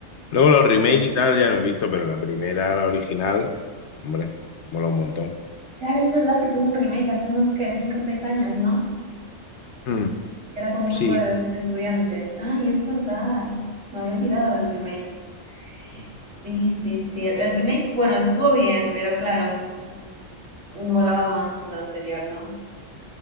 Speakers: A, on the left; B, on the right.
A: Luego los remakes y tal ya no he visto, pero la primera, la original, hombre, mola un montón.
B: Claro, es verdad que tuvo un remake hace unos, ¿qué? 5 o 6 años, ¿no?
A: Mm,
B: Era como
A: sí.
B: un grupo de, de estudiantes. Ay, es verdad. Me había olvidado del remake. Sí, sí, sí. El, el remake, bueno, estuvo bien, pero claro, mm, molaba más lo anterior, ¿no?